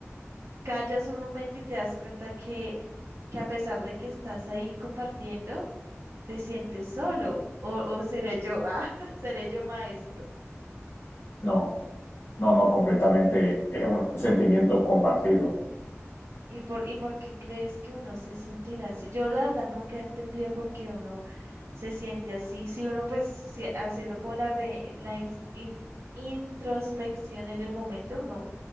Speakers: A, on the right; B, on the left.
A: callas un momento y te das cuenta que, que a pesar de que estás ahí compartiendo, te sientes solo. O, o seré yo, ah, <laughs> seré yo maestro.
B: No, no, no, completamente. Es un sentimiento compartido.
A: ¿Y por, y por qué crees que uno se sentirá así? Yo la verdad nunca he entendido por qué uno se siente así. Si uno pues si- haciendo como la, re- la ins- in- introspección en el momento, uno,